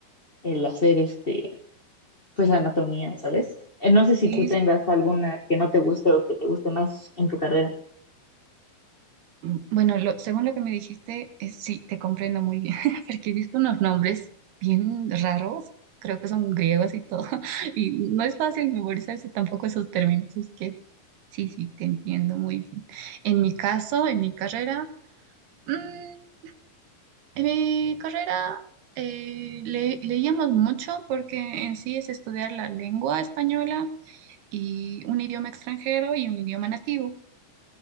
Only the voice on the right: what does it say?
sí,
sí.
Mm, Bueno, lo- según lo que me dijiste, es- sí, te comprendo muy bien, <laughs> porque he visto unos nombres bien raros, creo que son griegos y todo, <laughs> y no es fácil memorizarse tampoco esos términos, así que sí, sí, te entiendo muy bien. En mi caso, en mi carrera, mm, En mi carrera eh, le- leíamos mucho porque en sí es estudiar la lengua española y un idioma extranjero y un idioma nativo.